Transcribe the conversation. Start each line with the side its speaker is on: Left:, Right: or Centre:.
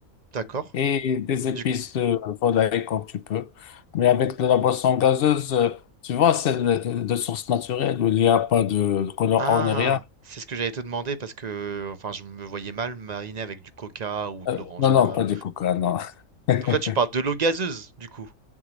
Right: d'accord.
Left: et des épices
Right: Du...
Left: de volaille comme tu peux. Mais avec de la boisson gazeuse, euh, tu vois, celle de, de source naturelle où il n'y a pas de colorant
Right: Ah,
Left: ni rien.
Right: c'est ce que j'allais te demander parce que enfin je me voyais mal mariner avec du coca ou de
Left: Euh,
Right: l'orangina.
Left: non, non, pas du coca, non. <laughs>
Right: Donc là tu parles de l'eau gazeuse du coup.